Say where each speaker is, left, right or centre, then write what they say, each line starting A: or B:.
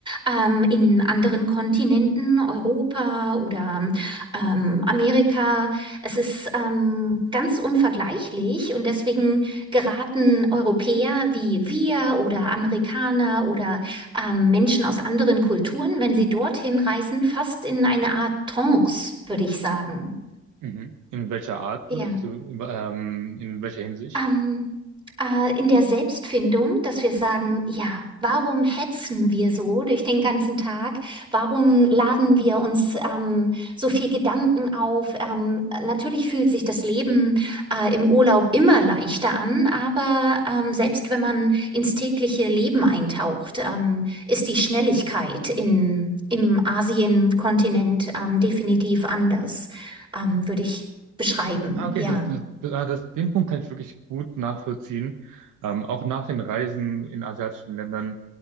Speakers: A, on the right (about 15°); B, on the right (about 85°).
A: ähm, in anderen Kontinenten, Europa oder ähm, Amerika. Es ist ähm, ganz unvergleichlich und deswegen geraten Europäer wie wir oder Amerikaner oder ähm, Menschen aus anderen Kulturen, wenn sie dorthin reisen, fast in eine Art Trance, würde ich sagen.
B: Mhm. In welcher Art
A: Ja.
B: wird, also ähm, in welcher Hinsicht?
A: Ähm, äh, in der Selbstfindung, dass wir sagen, ja, warum hetzen wir so durch den ganzen Tag? Warum laden wir uns ähm, so viel Gedanken auf? Ähm, natürlich fühlt sich das Leben äh, im Urlaub immer leichter an, aber ähm, selbst wenn man ins tägliche Leben eintaucht, ähm, ist die Schnelligkeit in, im Asienkontinent ähm, definitiv anders, ähm, würde ich beschreiben.
B: Ah, okay,
A: Ja.
B: das, das, ah, das, den Punkt kann ich wirklich gut nachvollziehen. Ähm, auch nach den Reisen in asiatischen Ländern